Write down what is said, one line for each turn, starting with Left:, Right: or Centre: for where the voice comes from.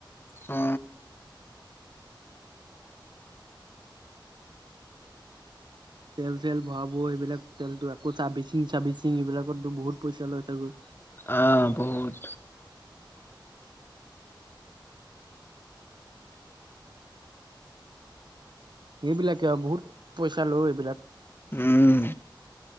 Left: অ
Right: তেল চল ভৰাব সেইবিলাক তেলতো আকৌ চাৰ্ভিচিং চাৰ্ভিচিং এইবিলাকতো বহুত পইচা লৈছেগৈ
Left: আহ বহুত
Right: সেইবিলাকে আৰু বহুত পইচা লয় এইবিলাক
Left: উম